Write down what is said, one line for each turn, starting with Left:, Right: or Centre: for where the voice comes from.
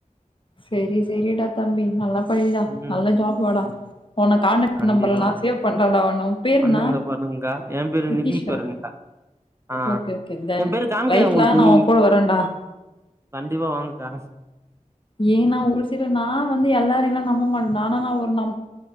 Left: சரி சரிடா தம்பி நல்லா படிடா
Right: ம்
Left: நல்ல ஜாப் வாடா
Right: ம்
Left: போன காண்டக்ட்
Right: கண்டிப்பா
Left: நம்பர்ல நா சேவ் பண்லடா ஒன்ன உம் பேரென்னா
Right: பண்ணுங்க பண்ணுங்கக்கா என் பேரு
Left: நித்தீஸ்வரன்
Right: நிதீஸ்வரன்க்கா ஆ
Left: ஓக்கே ஓக்கே டன்
Right: என் பேரு காமிக்குதா
Left: லைஃப்
Right: உங்களுக்கு
Left: லாங் நா உன் கூட வரன்டா
Right: கண்டிப்பா வாங்கக்கா
Left: ஏன்னா ஒருசில நா வந்து எல்லாரையுலா நம்ப மாட்டண்ட ஆனா ஒரு நம்